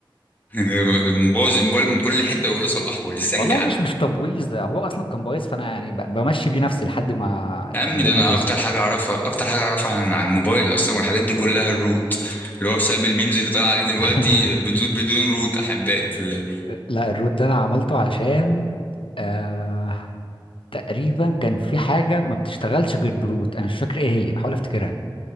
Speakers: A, on the left (about 20°); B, on the left (about 80°).
A: <laughs> مبوظ الموبايل من كل حته يقول لي صلحه
B: <laughs>
A: لي ازاي
B: والله
A: يا عم
B: مش مش تبويظ ده هو اصلا كان بايظ فانا يعني ب- بمشي بيه نفسي لحد ما
A: يا عم
B: الدنيا
A: ده انا
B: تظبط
A: اكتر حاجه اعرفها اكتر حاجه اعرفها عن عن الموبايل اصلا والحاجات دي كلها الروت اللي هو بسبب الميمز اللي طالع عليه دلوقتي
B: <laughs>
A: بدون بدون روت احبائي في
B: لا الروت ده انا عملته عشان آه تقريبا كان في حاجه ما بتشتغلش غير بروت انا مش فاكر ايه هي بحاول افتكرها